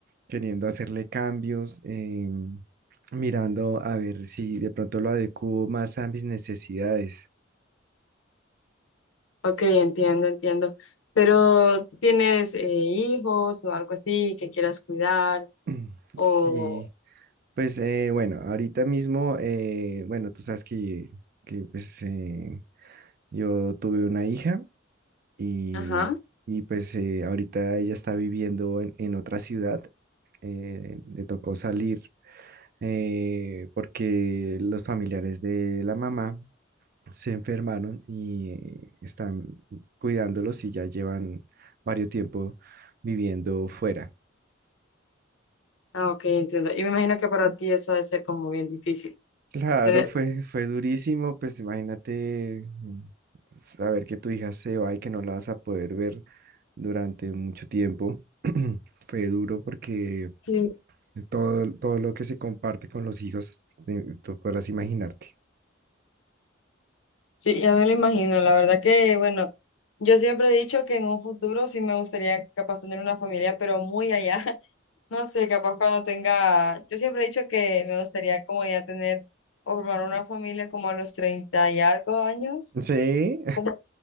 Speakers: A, on the right; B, on the left.
A: queriendo hacerle cambios, eh, mirando a ver si de pronto lo adecuo más a mis necesidades.
B: Ok, entiendo, entiendo. Pero ¿tú tienes eh, hijos o algo así que quieras cuidar
A: <clears throat>
B: o...
A: Sí, Pues eh, bueno, ahorita mismo, eh, bueno, tú sabes que, que, pues eh, yo tuve una hija y,
B: Ajá.
A: y, pues eh, ahorita ella está viviendo en, en otra ciudad. eh, le tocó salir eh, porque los familiares de la mamá se enfermaron y eh, están cuidándolos y ya llevan varios tiempo viviendo fuera.
B: Ah, ok, entiendo. Y me imagino que para ti eso ha de ser como bien difícil.
A: Claro,
B: Tener-
A: fue, fue durísimo, pues imagínate mm, saber que tu hija se va y que no la vas a poder ver durante mucho tiempo. <clears throat> Fue duro porque
B: Sí.
A: todo, todo lo que se comparte con los hijos, eh, tú podrás imaginarte.
B: Sí, ya me lo imagino. La verdad que, bueno, yo siempre he dicho que en un futuro sí me gustaría capaz tener una familia, pero muy allá. <laughs> No sé, capaz cuando tenga, yo siempre he dicho que me gustaría como ya tener o formar una familia como a los 30 y algo años,
A: Sí.
B: como